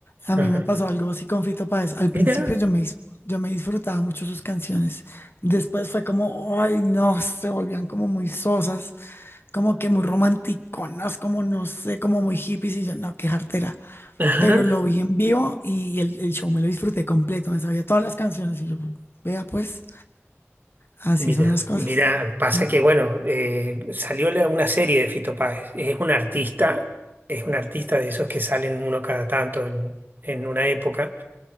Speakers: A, on the left; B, on the right.
A: a
B: Ajá.
A: mí me pasó algo así con Fito Páez. Al principio
B: Mira.
A: yo me, dis- yo me disfrutaba mucho sus canciones. Después fue como, ay no, se volvían como muy sosas, como que muy romanticonas, como no sé, como muy hippies y yo, no, qué jartera.
B: Ajá.
A: Pero lo vi en vivo y el, el show me lo disfruté completo, me sabía todas las canciones y yo, vea pues, así
B: Mira,
A: son las cosas.
B: mira, pasa
A: Mm,
B: que bueno, eh, salió la- una serie de Fito Páez. Es un artista, es un artista de esos que salen uno cada tanto en, en una época.